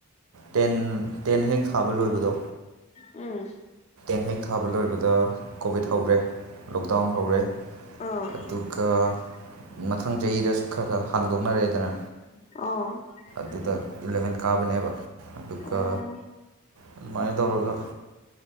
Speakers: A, on the right; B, on the left.
A: ꯇꯦꯟ ꯇꯦꯟ ꯍꯦꯛ ꯍꯥꯥꯕ ꯂꯣꯏꯕꯗꯣ
B: ꯎꯝ
A: ꯄ ꯍꯦꯛ ꯊꯥꯕ ꯂꯣꯏꯕꯗ ꯀꯣꯚꯤꯠ ꯍꯧꯈꯔꯦ ꯂꯣꯛꯗꯥꯎꯟ ꯍꯧꯔꯦ
B: ꯑꯥ
A: ꯑꯗꯨꯒ ꯃꯊꯪ ꯆꯍꯤꯗꯁꯨ ꯈꯔ ꯈꯔ ꯍꯥꯡꯗꯣꯛꯅꯔꯦꯗꯅ
B: ꯑ
A: ꯑꯗꯨꯗ ꯏꯂꯚꯦꯟ ꯀꯥꯕꯅꯦꯕ ꯑꯗꯨꯒ
B: ꯑꯣ
A: ꯑꯗꯨꯃꯥꯏꯅ ꯇꯧꯔꯒ